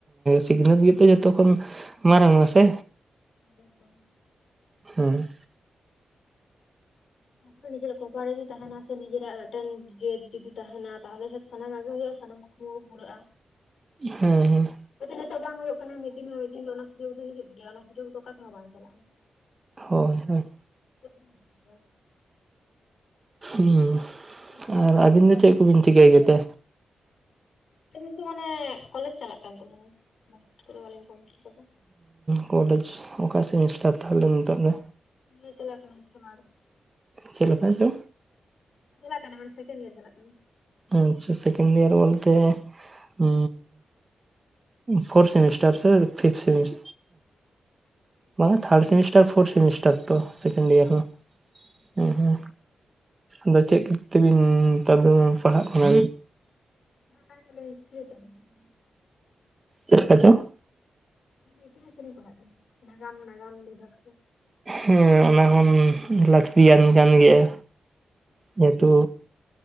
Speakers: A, on the right (about 30°); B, on the left (about 75°).
A: ᱥᱤᱠᱷᱱᱟᱹᱛ ᱜᱮᱛᱚ ᱡᱚᱛᱚ ᱠᱷᱚᱱ, ᱢᱟᱨᱟᱝ ᱢ ᱥᱮ᱾
B: ᱦᱩ <inaudible>
A: ᱦᱮᱸ,
B: ᱛ ᱱᱤᱡᱮᱨᱟᱜ ᱠᱚᱯᱟᱨ ᱨᱮ ᱡᱩᱫᱤ ᱛᱟᱦᱮᱱᱟ ᱥᱮ ᱱᱤᱡᱮᱨᱟᱜ ᱢᱤᱫᱴᱮᱱ ᱡᱟᱹᱛ ᱡᱩᱫᱤ ᱛᱟᱦᱮᱱᱟ ᱛᱟᱦᱚᱞᱮ ᱡᱚᱛᱚ ᱥᱟᱱᱟᱢ ᱟᱜᱮ ᱦᱩᱭᱩᱜᱼᱟ ᱥᱟᱱᱟᱢ ᱠᱩᱠᱢᱩ ᱯᱩᱨᱟᱹᱜᱼᱟ᱾
A: ᱦᱮᱸ ᱦᱮᱸ,
B: ᱟᱮ ᱱᱤᱛᱚᱜ ᱵᱟᱝ ᱦᱩᱭᱩᱜ ᱠᱟᱱᱟ ᱢᱤᱫ ᱫᱤᱱ ᱦᱚᱸ ᱢᱤᱫ ᱫᱤᱱ ᱚᱱᱟ ᱥᱩᱡᱳᱽ ᱫᱚ ᱦᱤᱡᱩᱜ ᱜᱮᱭᱟ ᱚᱱᱟ ᱥᱩᱡᱳᱜ ᱫᱚ ᱚᱠᱟ ᱠᱚᱦ ᱵᱟᱝ ᱪᱟᱞᱟᱜᱼᱟ᱾
A: ᱦᱳᱭ ᱦᱳᱭ᱾
B: ᱪᱭᱟ <inaudible>
A: ᱦᱩᱸ,
B: ᱛ <unintelligible> ᱵᱟᱵᱟᱱ
A: ᱟᱨ ᱟᱹᱵᱤᱱ
B: ᱫ
A: ᱫᱚ ᱪᱮᱫ ᱠᱚᱵᱤᱱ ᱪᱤᱠᱟᱹᱭ ᱜᱮᱛᱮ
B: <unintelligible> ᱢᱟᱱᱮ ᱠᱚᱞᱮᱡᱽ ᱪᱟᱞᱟᱜ ᱠᱟᱱ ᱛᱟᱹᱞᱤᱧᱟ᱾ ᱱᱳᱴ ᱠᱚᱫᱚ ᱵᱟᱹᱞᱤᱧ ᱠᱚᱢᱯᱞᱤᱰ ᱟᱠᱟᱫᱟ ᱾
A: ᱠᱚᱞᱮᱡᱽ ᱚᱠᱟ ᱥᱮᱢᱤᱥᱴᱟᱨ ᱛᱟᱦᱚᱞᱮ ᱱᱤᱛᱚᱜ ᱫᱚ?
B: <unintelligible>
A: ᱪᱮᱫ ᱞᱮᱠᱟ ᱪᱚ?
B: ᱪᱟᱞᱟᱜ ᱠᱟᱱᱟ ᱥᱮᱠᱮᱱᱰ ᱤᱭᱟᱨ ᱪᱟᱞᱟᱜ ᱠᱟᱱᱟ᱾
A: ᱟᱪᱪᱷᱟ ᱥᱮᱠᱮᱱᱰ ᱤᱭᱟᱨ ᱵᱚᱞᱛᱮ ᱦᱩ ᱯᱷᱳᱨᱛᱷ ᱥᱮᱢᱤᱥᱴᱟᱨ ᱥᱮ ᱯᱷᱤᱯ ᱥᱮᱢᱤᱥ ᱵᱟᱝᱟ
B: third
A: third
B: third
A: semester fourth semester ᱛᱚ ᱫᱚ ᱥᱮᱠᱮᱱᱰ ᱤᱭᱟᱨ
B: ᱦᱳᱭ
A: ᱢᱟ?
B: ᱦᱳᱭ ᱦᱳᱭ
A: ᱦᱮᱸ ᱦᱮᱸ ᱟᱫᱚ ᱪᱮᱫ ᱛᱮᱵᱤᱱ ᱱᱮᱛᱟᱨ ᱫᱚ ᱯᱟᱲᱦᱟᱜ ᱠᱟᱱᱟ?
B: <unintelligible>
A: ᱪᱮᱫ ᱞᱮᱠᱟ ᱪᱚ?
B: ᱤᱛᱤᱦᱟ ᱛᱮᱞᱤᱧ ᱯᱟᱲᱦᱟᱜ ᱠᱟᱱᱟ ᱱᱟᱜᱟᱢ ᱱᱟᱜᱟᱢ ᱵᱤᱵᱷᱟᱜᱽ ᱛᱮ᱾
A: ᱦᱮᱸ ᱚᱱᱟᱦ ᱞᱟᱹᱠᱛᱤᱭᱟᱱ ᱠᱟᱱ ᱜᱮᱭᱟ ᱡᱮᱦᱮᱛᱩ